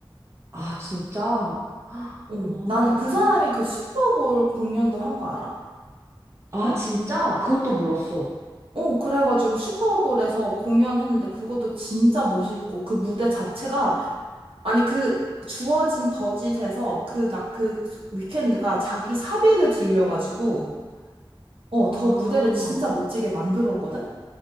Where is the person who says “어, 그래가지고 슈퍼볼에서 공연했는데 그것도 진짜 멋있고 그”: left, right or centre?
Right